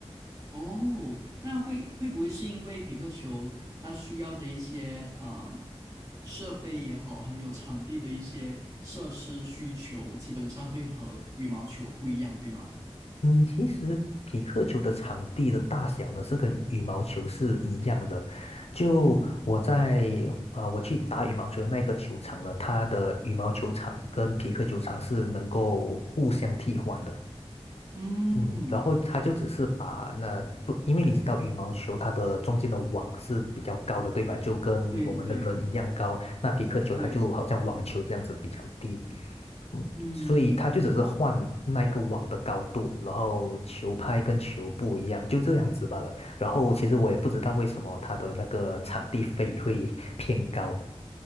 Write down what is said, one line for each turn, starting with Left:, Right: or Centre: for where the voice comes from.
Right: 哦，那会会不会是因为皮克球它需要的一些嗯设备也好，还有场地的一些设施需求，基本上会和羽毛球不一样，对吗？
Left: 嗯，其实匹克球的场地的大小呢，是跟羽毛球是一样的。就我在啊、
Right: 嗯
Left: 我去打羽毛球的那个球场呢，它的羽毛球场跟匹克球场是能够互相替换的。
Right: 嗯，
Left: 嗯，然后他就只是把那不，因为你知道羽毛球它的中间的网是比较高的，对吧？就跟我们的人一样高。
Right: 对对
Left: 那皮克球它就好像网球这样子比较低，
Right: 对，
Left: 嗯，
Right: 嗯。
Left: 所以他就只是换那一个网的高度，然后球拍跟球不一样，就这样子罢了。然后其实我也不知道为什么它的那个场地费会偏高。